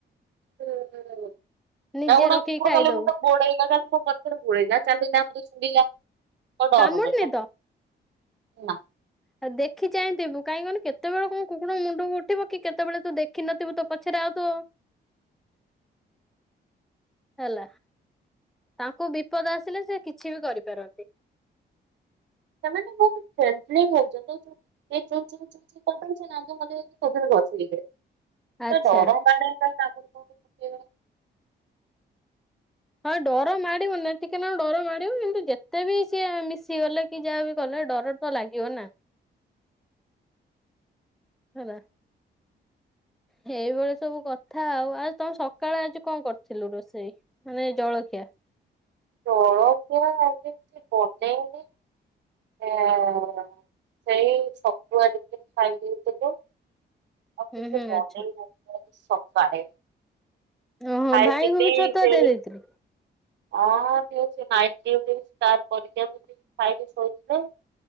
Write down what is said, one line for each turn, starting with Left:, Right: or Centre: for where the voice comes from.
Right: ହଁ,
Centre: ନିଜେ
Right: ନା ଆଉ ଗୋଟେ
Centre: ରଖିକି
Right: କୁକୁର
Centre: ଖାଇଦଉ।
Right: କାଲି ମୋତେ ଗୋଡେଇଲା କାଲି ମୋ ପ ମୋତେ ଗୁଡେଇଲା ଚାଲିନା ମୋତେ ସୁଙ୍ଘିଲା <unintelligible>
Centre: କାମୁଡିନି
Right: ନା
Centre: ଆ, ଦେଖି ଚାହିଁଥିବୁ, କାହିଁକି କହନି କେତେବେଳେ କୋଉ କୁକୁଡ ମୁଣ୍ଡକୁ ଉଠିବ କି କେତବେଳେ ତୁ ଦେଖିନଥିବୁ ତୋ ପ ଛରେ ଆଉତୁଅ ହେଲା। ତାଙ୍କୁ ବିପଦ ଆସିଲେ ସେ କିଛି ବି କରିପାରନ୍ତି।
Right: ସେମାନେ ବହୁତ <unintelligible> ସେ ନାଞ୍ଜ ହଲେଇ ହଲେଇକି ତୋ ଦେହରେ ଘଷିଯିବେ।
Centre: ଆଚ୍ଛା
Right: ଏ ଡର ମାଡେ କାହିଁ ତା <inaudible>
Centre: ହଁ ଡର ମାଡିବୁନି ନା ଟିକେ ନା ଡର ମାଡିବ, କିନ୍ତୁ ଯେତେ ବି ସିଏ ମିଶିଗଲେ କି ଯାହା ବିି କଲେ ଡର ତ ଲାଗିବ ନା ହେଲା। ହେଇଭଳିଆ ସବୁ କଥା ଆଉ, ଆଉ ତୋମେ ସକାଳେ ଆଜି କଣ କରିଥିଲୁ ରୋଷେଇ? ମାନେ ଜଳଖିଆ?
Right: ଜଳଖିଆ ଆଜି କିଛି ବନେଇନି, ଏ ହଁ ସେଇ ଛତୁଆ <inaudible> ଯେ ଖାଇଦେଇ ଟିକେ ଆଉ କିଛି
Centre: ହୁଁ ହୁଁ
Right: ବନେଇନି
Centre: ଆଚ୍ଛା
Right: <inaudible> ସକାଳେ।
Centre: ଓହୋ
Right: ଖାଇଥିଲି
Centre: ଭାଇଙ୍କୁ ବି ଛତୁଆ
Right: ସେଇ
Centre: ଦେଇ ଦେଇଥିଲି
Right: ଆ, କିଛି ନାଇଟ୍ ଡିଉଟିରୁ ସ୍ପାର କରିକି ଆସିଥିଲି, ଖାଇକି ଶୋଇଥିଲେ।